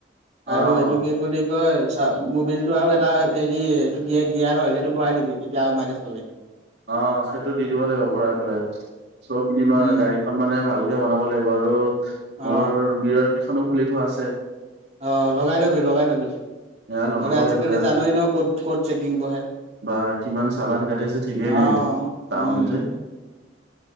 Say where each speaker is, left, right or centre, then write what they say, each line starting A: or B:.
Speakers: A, on the right; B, on the right.
A: অ'।
B: আৰু এইটো কি বুলি কি কয় চা মবিল টো আৰু এটা হেৰি এইটো গি গিয়াৰ অইল সেইটো ভৰাই দিবি, তেতিয়া আৰু মাইলেজ পাবি।
A: অ, সেইটো দি দিব লাগিব ভৰাই পেলাই, চব দিম
B: উম
A: আৰু গাড়ীখন মানে ভালকে বনাব লাগিব আৰু
B: অ
A: মোৰ মিৰৰ কেইখনো খুলি থোৱা আছে।
B: অ', লগাই লবি লগাই লবি।
A: এয়া লগাব
B: নহলে আজিকালি
A: লাগিব ইয়াৰ
B: জানই ন, ক'ত-ক'ত চেকিং বহে।
A: বা কিমান চালান কাটি আছে। ঠিকেই নাই।
B: অ
A: এত, টাউনতে।
B: উম